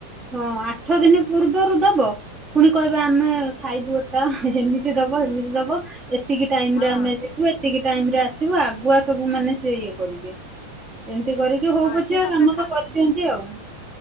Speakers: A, on the right (about 25°); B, on the left (about 40°).
A: ହଁ ଆଠ ଦିନ ପୂର୍ବରୁ ଦବ। ପୁଣି କହିବେ ଆମେ ଖାଇବୁ ଏଟା ଏମିତି ଦବ ଏମିତି ଦବ। ଏତିକି ଟାଇମ
B: ହଁ
A: ରେ ଆମେ ଯିବୁ ଏତିକି ଟାଇମ ରେ ଆସ୍ ଆସିବ ଆଗୁଆ ସବୁ ମାନେ ସେ ଇଏ କରିବେ ଏମତି। ଏ କରିକି ହଉ
B: ହଁ
A: ପଛ
B: ସିଏ
A: ଆ
B: ତାପରେ
A: କାମ
B: ଖା
A: ତ କରିଦିଅନ୍ତି ଆଉ।